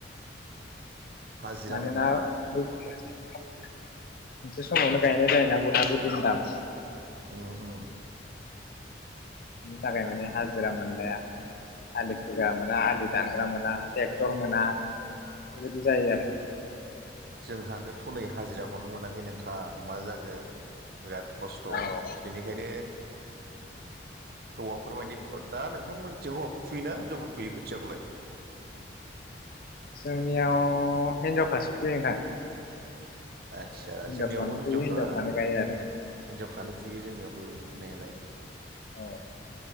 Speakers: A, on the right; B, on the left.
A: हाजिरा
B: मानोना
A: मोना
B: मोनसे समावनो गायनो जायना बयहाबो दुम दाम।
A: उम उम।
B: बिनि थाखाय माने हाजिरा मोनलाया। आलि खोगा मोना आलि दाम्रा मोना ट्रेक्टर मोना। बेबायदि जायो आरो ।
A: जोंहानोथ'नै हाजिराखौनो मोनाखै नोंथां मा जागोन। बिराद खस्थ'
B: औ
A: बेनिखायनो। हौवाफोर मानानि दा नोंथांमोनथियाव हौवाफोर फुयो नािनजावफोर फुयो खोथ थिखौ लाय।
B: जोंनियाव हिनजावफ्रासो फुयो नोंथां।
A: आदसा
B: हिनजावफ्रानो
A: जोंनियावबो हिनजावफ्रा
B: फुयो हिनजावफ्रानो गायो आरो
A: हिन्जाव। फ्रानो फुयो जोंनियावबो फुनायालाय।
B: औ